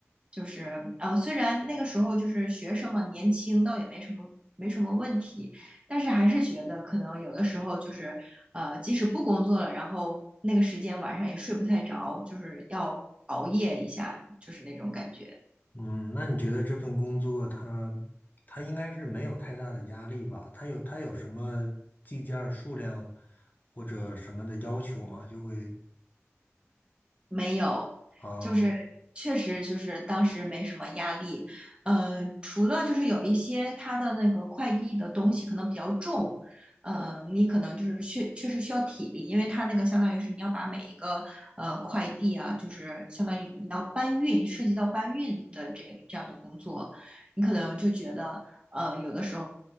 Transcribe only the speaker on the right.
就是呃，虽然那个时候就是学生嘛，年轻倒也没什么没什么问题，但是还是觉得可能有的时候就是呃，即使不工作了，然后那个时间晚上也睡不太着，就是要熬夜一下，就是那种感觉。
没有，
就是确实就是当时没什么压力，呃，除了就是有一些他的那个快递的东西可能比较重，呃，你可能就是确确实需要体力，因为他那个相当于是你要把每一个呃快递啊，就是相当于你要搬运，涉及到搬运的这这样的工作，你可能就觉得呃有的时候